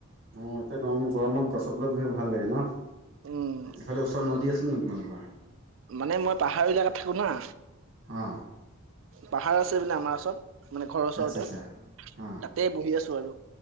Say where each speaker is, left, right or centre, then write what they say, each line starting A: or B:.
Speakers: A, on the right; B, on the right.
A: অঁ এতিয়া গৰম গৰমত গছত তলত বহি ভাল লাগে ন?
B: উম।
A: ইফালে ওচৰত নদী আছে নেকি তোমালোকৰ?
B: মানে মই পাহাৰ ইলাকাত থাকো না।
A: অঁহ
B: পাহাৰ আছে নে আমাৰ ওচৰত মানে ঘৰৰ ওচৰতে,
A: আচ্ছা আচ্ছা অ
B: তাতে বহি আছো আৰু,